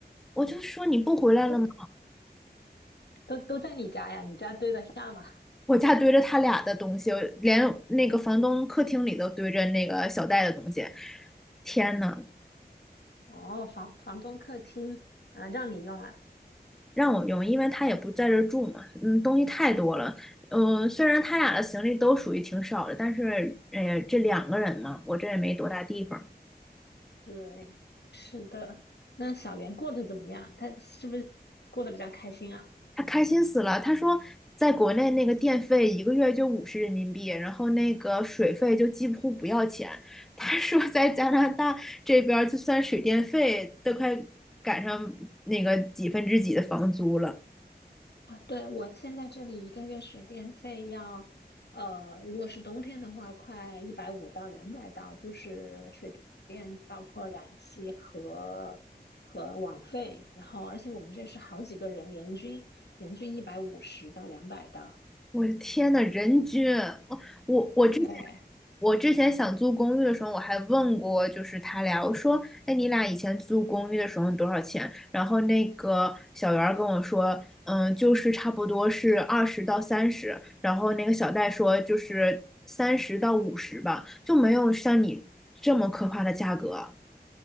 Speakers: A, in the centre; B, on the left.
A: 我就说你不回来了吗？
B: 都都都在你家呀？你家堆得下吗？
A: <laughs> 我家堆着他俩的东西，连那个房东客厅里都堆着那个小戴的东西，天呐，
B: 哦，房房东客厅啊，让你用啊。
A: 让我用，因为他也不在这儿住嘛，嗯，东西太多了，嗯，虽然他俩的行李都属于挺少的，但是，哎呀，这两个人嘛，我这也没多大地方。
B: 对，是的。那小袁过得怎么样？他是不是过得比较开心啊？
A: 他开心死了。他说，在国内那个电费一个月就五十人民币，然后那个水费就几乎不要钱。他说，在加拿大这边，就算水电费都快赶上那个几分之几的房租了。
B: 啊，对，我现在这里一个月水电费要，呃，如果是冬天的话，快一百五到两百刀，就是水电包括燃气和和网费，然后而且我们这是好几个人，人均人均一百五十到两百刀。
A: 我的天呐，人均，我我我之前
B: 对，
A: 我之前想租公寓的时候，我还问过，就是他俩，我说，哎，你俩以前租公寓的时候多少钱？然后那个小袁儿跟我说，嗯，就是差不多是二十到三十，然后那个小戴说就是三十到五十吧，就没有像你这么可怕的价格。